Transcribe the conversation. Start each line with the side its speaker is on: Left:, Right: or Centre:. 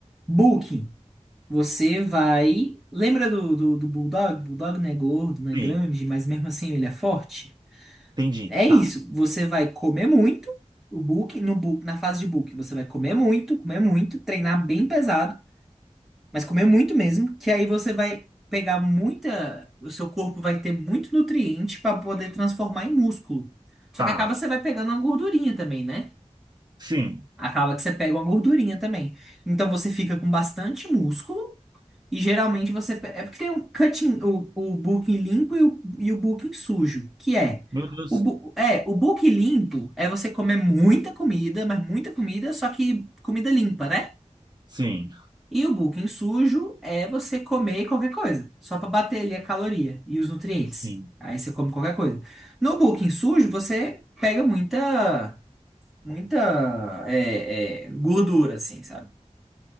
Centre: Booking. Você vai. Lembra do, do, do Bulldog? Bulldog não é gordo, não é
Right: Sim,
Centre: grande, mas mesmo assim ele é forte.
Right: entendi.
Centre: É isso.
Right: Tá,
Centre: Você vai comer muito. O Booking, no, bu- na fase de Booking, você vai comer muito, comer muito, treinar bem pesado. Mas comer muito mesmo, que aí você vai pegar muita. O seu corpo vai ter muito nutriente para poder transformar em músculo. Só
Right: tá.
Centre: que acaba você vai pegando uma gordurinha também, né?
Right: Sim.
Centre: Acaba que você pega uma gordurinha também. Então você fica com bastante músculo e geralmente você. pe- É porque tem um cutting, o, o bulking limpo e o, e o bulking sujo, que é.
Right: Meu Deus.
Centre: O, bu- é, o bulking limpo é você comer muita comida, mas muita comida, só que comida limpa, né?
Right: Sim,
Centre: E o bulking sujo é você comer qualquer coisa, só para bater ali a caloria e os nutrientes.
Right: sim.
Centre: Aí você come qualquer coisa. No bulking sujo, você pega muita, muita é, é, gordura, assim, sabe?